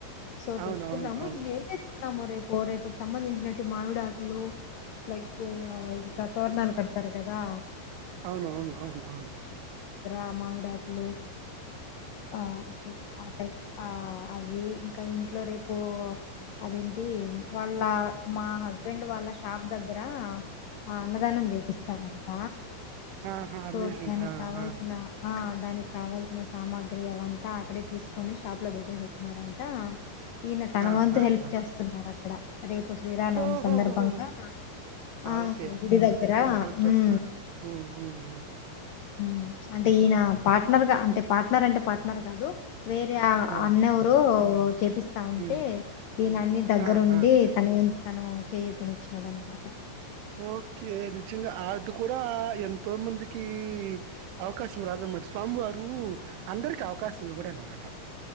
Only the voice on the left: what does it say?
సో
తెచ్చుకుందాము
ఇగా ఎం ము రేపు రేపుకు సంబంధించినట్టు మామిడాకులు లైక్ ఇంకా తోరణాలు కా తారు కదా
అ మావిడాకులు ఆ <unintelligible> టైం ఆ ఇవి ఇంకా ఇంట్లో రేపు అదేంటి వాళ్ళ మా హస్బెండ్ వాళ్ళ షాప్ దగ్గర ఆ అన్నదానం చేపిస్తారంట
సో
దానికి కావాల్సిన
ఆ దానికి కావలసిన సామాగ్రి అవంత అక్కడే తీసుకొని షాప్ లో పెట్టేసి వచ్చినారంట ఈయన తన
వంతు
హెల్ప్
చేస్తున్నారు అక్కడ రేపు శ్రీరామనవమి
సందర్భంగా ఆ
గుడి దగ్గర
ఉమ్
ఊ అంటే ఈయన పార్ట్నర్ గా అంటే పార్ట్నర్ అంటే పార్ట్నర్ కాదు వేరే
అన్న ఎవరో చెప్ ఇస్తా ఉంటే
ఈయన అన్ని దగ్గర
ఉండి
తన విన్ తను చేయూతని ఇచ్చాడన్నమాట